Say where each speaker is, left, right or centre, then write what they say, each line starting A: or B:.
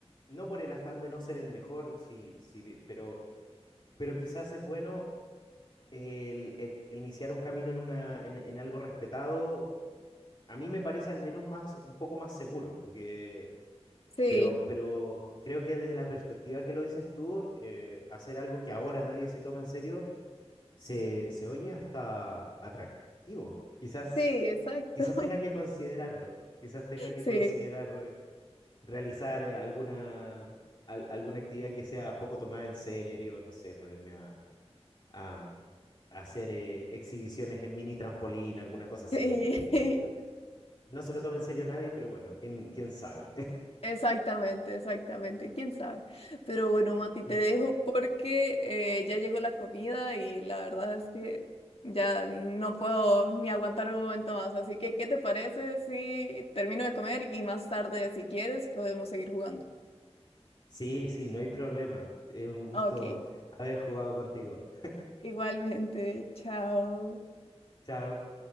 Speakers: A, on the left; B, on the left.
A: no por el afán de no ser el mejor, sí, sí, pero, pero quizás es bueno el, el iniciar un camino en, una, en, en algo respetado. A mí me parece al menos más, un poco más seguro, porque,
B: <laughs> sí,
A: pero, pero creo que desde la perspectiva que lo dices tú, eh, hacer algo que ahora nadie se toma en serio, se, se oye hasta atractivo. Quizás,
B: sí, exacto.
A: quizás
B: <laughs>
A: tenga que considerarlo, quizás tenga que
B: Sí,
A: considerar realizar eh, alguna, al- alguna actividad que sea poco tomada en serio, no sé, ponerme a, a- a hacer eh, exhibiciones en mini trampolín, alguna cosa así,
B: sí.
A: porque creo que
B: <laughs>
A: no se lo toma en serio nadie, pero bueno, quién, quién sabe.
B: Exactamente, exactamente, quién sabe. Pero bueno, Mati,
A: <laughs>
B: te dejo porque eh, ya llegó la comida y la verdad es que ya no puedo ni aguantar un momento más. Así que, ¿qué te parece si termino de comer y más tarde, si quieres, podemos seguir jugando?
A: Sí, sí, no hay problema. Es un gusto
B: Ok,
A: haber jugado contigo.
B: igualmente, chao.
A: Chao.